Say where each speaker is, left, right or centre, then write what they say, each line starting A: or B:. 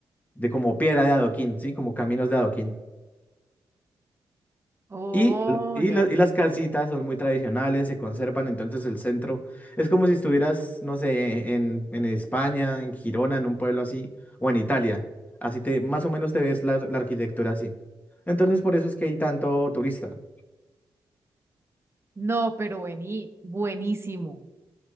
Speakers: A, on the left (about 20°); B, on the right (about 30°).
A: de como piedra de adoquín, sí, como caminos de adoquín.
B: Oh,
A: Y, la- y,
B: ya.
A: la- y las casitas son muy tradicionales, se conservan, entonces el centro es como si estuvieras, no sé, en, en España, en Girona, en un pueblo así, o en Italia. Así te, más o menos te ves la, la arquitectura así. Entonces por eso es que hay tanto turista.
B: No, pero vení, buenísimo.